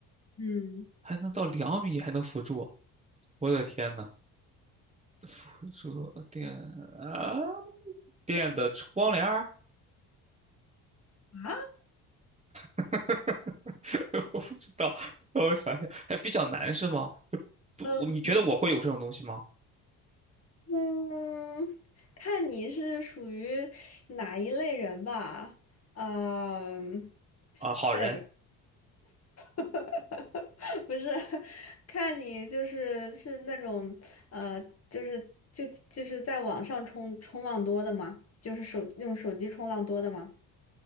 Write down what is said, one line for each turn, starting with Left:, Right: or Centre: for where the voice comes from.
Left: 嗯。
Right: 还能到两米，还能辅助啊，我的天呐，辅助电啊，电的窗帘儿，
Left: 啊。
Right: <laughs> 我不知道，让我想想，还比较难是吗？就不，
Left: 嗯，
Right: 你觉得我会有这种东西吗？
Left: 嗯，看你是属于哪一类人吧。嗯，
Right: 啊，好人。
Left: 对，<laughs> 不是，看你就是是那种呃，就是就就是在网上冲冲浪多的吗？就是手用手机冲浪多的吗？